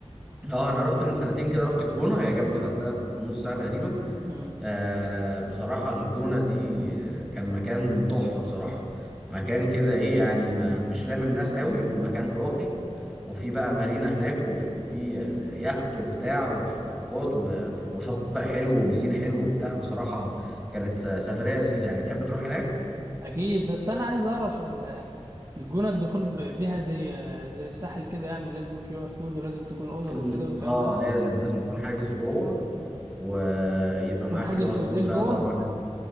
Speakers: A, in the centre; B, on the right.
A: آه، انا رحت من سنتين كده رحت الجونه هي جنب الغردقه بنص ساعه تقريبا
B: امم
A: آه بصراحة الجونة دي آه، كان مكان تحفة بصراحة مكان كده ايه يعني ما مش لامم ناس قوي والمكان راقي وفي بقى مارينا هناك وفي آه، يخت وبتاع وحركات و- وشاطئ حلو وبسين حلو وبتاع بصراحة كانت آه، سفرية لذيذة يعني تحب تروح هناك
B: اكيد بس انا عايز اعرف ال- الجونه الدخول ب- بيها زي زي الساحل كده يعني لازم كيو ار كود ولازم تكون اونر
A: ال...
B: وكده والكلام
A: اه
B: ده
A: لازم لازم تكون حاجز جوه ويبقى
B: تكون
A: معاك
B: حاجز
A: كيو ار
B: في اوتيل
A: كود بقى
B: جوه
A: طبعا